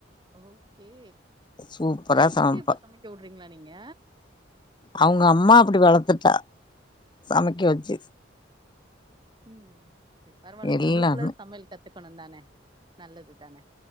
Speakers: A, on the right; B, on the left.
A: ஓகே
B: சூப்பரா
A: எயிட்த்துக்கே
B: சமைப்பா
A: இப்போ சமைக்க வூடுறீங்ளா நீங்க
B: அவுங்க அம்மா அப்படி வளத்துட்டா சமைக்க வெச்சு
A: ம் சேரி பரவால்ல
B: எல்லாமே
A: பொம்பள புள்ள சமையல் கத்துக்கணுந்தான நல்லதுதான